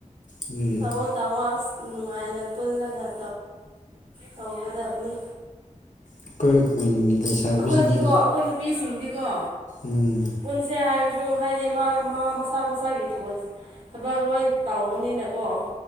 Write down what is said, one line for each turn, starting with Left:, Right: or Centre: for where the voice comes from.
Left: ꯑꯗꯨꯒꯤ
Right: ꯇꯣ ꯇꯋꯥ ꯅꯨꯡꯉꯥꯏꯅ ꯄꯨꯜꯂꯒꯧ ꯇꯧꯒꯗꯕꯅꯤ
Left: ꯑꯩꯈꯣꯏ ꯈꯨꯟꯒꯤ ꯂꯩꯁꯥꯕꯤꯁꯤꯡꯗꯤ
Right: ꯑꯩꯈꯣꯏꯗꯤꯀꯣ ꯑꯩꯈꯣꯏ ꯅꯨꯄꯤꯁꯤꯡꯗꯤꯀꯣ
Left: ꯎꯝ
Right: ꯄꯨꯟꯁꯦ ꯍꯥꯏꯜ ꯊ꯭ꯔꯨ ꯍꯥꯏꯗꯤ ꯃꯥ ꯃꯥ ꯃꯁꯥ ꯃꯁꯥꯒꯤ ꯊꯕꯛ ꯊꯕꯛ ꯂꯣꯏ ꯇꯧꯧꯕꯅꯤꯅꯀꯣ